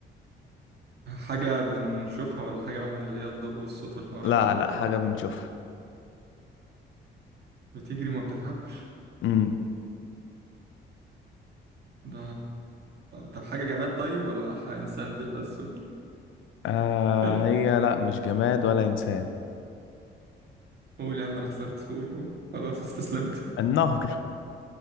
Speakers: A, on the right; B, on the left.
A: حاجه بنشوفها ولا حاجه بقى من اللي هي الضوء والصوت والحوارات
B: لا
A: ده
B: لا حاجة بنشوفها
A: بتجري وما بتتعبش
B: امم
A: ده طب حاجه جماد طيب ولا ح- انسان بيحس وكده
B: آه
A: <laughs>
B: هي لا مش جماد ولا إنسان
A: قول يا عم انا خسرت قول قول خلاص استسلمت
B: النهر